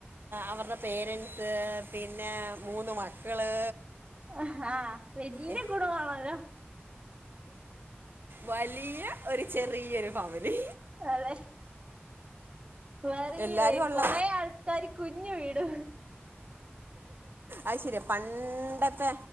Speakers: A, on the right (about 55°); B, on the right (about 25°).
A: അവര്ടെ പേരന്സ് പിന്നെ മൂന്ന് മക്കള്
B: ആഹ് വല്യ
A: ഏ,
B: കുടമ്പാണല്ലോ
A: വലിയ ഒരു ചെറിയൊരു ഫാമിലി
B: അതെ വറി
A: എല്ലാരും ഉള്ള
B: കൊറേ ആൾ ൾകാരികുഞ് വീട്
A: അത് ശരിയ പണ്ടത്തെ